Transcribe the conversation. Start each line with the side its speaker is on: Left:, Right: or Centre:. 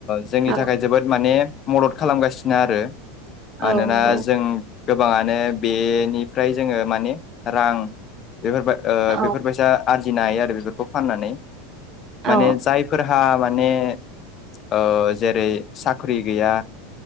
Left: जोंनि
Right: औ
Left: थाखाय जोबोद माने मदद खालामगासिनो आरो मानोना
Right: औ नंगौ
Left: जों गोबाङानो बेनिफ्राय जोङो माने रां बेफोरबाय ओ
Right: औ
Left: बेफोरबायसा आरजिनो हायो आरो बेफोरखौ फाननानै माने
Right: औ
Left: जायफोरहा माने ओ जेरै साख्रि गैया